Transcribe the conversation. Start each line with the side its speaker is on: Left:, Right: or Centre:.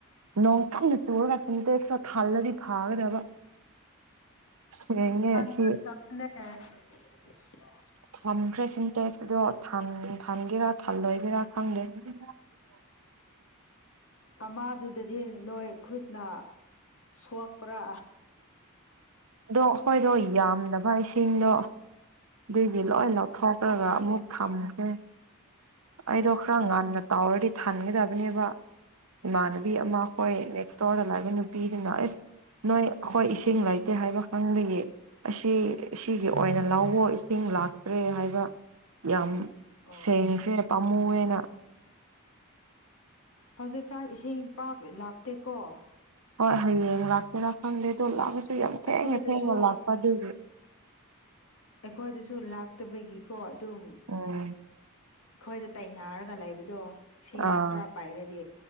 Right: ꯅꯣꯡꯐꯨꯡꯅ ꯆꯨꯔꯒ ꯁꯦꯟꯇꯦꯁꯇꯨ ꯊꯜꯂꯗꯤ ꯐꯥꯒꯗꯕ꯫ ꯁꯦꯡꯉꯦ
Left: <inaudible>
Right: ꯁꯤ ꯊꯝꯈ꯭ꯔꯦ ꯁꯤꯟꯇꯦꯛꯁ ꯑꯗꯣ ꯊꯟ ꯊꯟꯒꯦꯔꯥ ꯊꯜꯂꯣꯏꯒꯦꯔꯥ ꯈꯪꯗꯦ꯫ <inaudible>
Left: ꯑꯃꯥꯗꯨꯗꯗꯤ ꯅꯣꯏ ꯈꯨꯠꯅ ꯁꯣꯛꯄ꯭ꯔꯥ꯫
Right: ꯑꯗꯣ ꯑꯩꯈꯣꯏꯗꯣ ꯌꯥꯝꯗꯕ ꯏꯁꯤꯡꯗꯣ꯫ ꯑꯗꯨꯒꯤ ꯂꯣꯏ ꯂꯧꯊꯣꯛꯈ꯭ꯔꯒ ꯑꯃꯨꯛ ꯊꯝꯒꯦ꯫ ꯑꯩꯗꯣ ꯈꯔ ꯉꯟꯅ ꯇꯧꯔꯗꯤ ꯊꯥꯟꯒꯗꯕꯅꯦꯕ ꯏꯃꯥꯟꯅꯕꯤ ꯅꯑꯃ ꯍꯣꯏ ꯅꯦꯛꯁꯠ ꯏꯁ꯭ꯇꯣꯔꯗ ꯂꯩꯕ ꯅꯨꯄꯤꯗꯨꯅ ꯑꯁ ꯅꯣꯏ ꯑꯩꯈꯣꯏ ꯏꯁꯤꯡ ꯂꯩꯇꯦ ꯍꯥꯏꯕ ꯈꯪꯕꯒꯤ ꯑꯁꯤ ꯑꯁꯤꯒꯤ ꯑꯣꯏꯅ ꯂꯑꯣ ꯏꯁꯤꯡ ꯂꯥꯛꯇ꯭ꯔꯦ ꯍꯥꯏꯕ ꯌꯥꯝ
Left: ꯑꯣ
Right: ꯁꯦꯡꯈ꯭ꯔꯦ ꯄꯥꯝꯃꯨꯑꯦꯅ
Left: ꯍꯧꯖꯤꯛꯀꯥꯟ ꯏꯁꯤꯡ ꯄꯥꯛ ꯂꯥꯛꯇꯦꯀꯣ
Right: ꯍꯣꯏ ꯍꯌꯦꯡ ꯂꯥꯛꯀꯦꯔꯥ ꯈꯪꯗꯦ ꯑꯗꯣ ꯂꯥꯛꯑꯁꯨ ꯌꯥꯝ ꯊꯦꯡꯉ
Left: ꯑꯩꯈꯣꯏꯗꯁꯨ
Right: ꯊꯦꯡꯉ ꯂꯥꯛꯄ ꯑꯗꯨꯒꯤ
Left: ꯑꯩꯈꯣꯏꯗꯁꯨ ꯂꯥꯛꯇꯕꯒꯤꯀꯣ ꯑꯗꯨꯝ
Right: ꯎꯝ
Left: ꯑꯩꯈꯣꯏꯗ ꯇꯥꯏꯅꯔꯒ ꯂꯩꯕꯗꯣ ꯏꯁꯤꯡ
Right: ꯑꯥ
Left: ꯈꯔ ꯄꯥꯏꯔꯗꯤ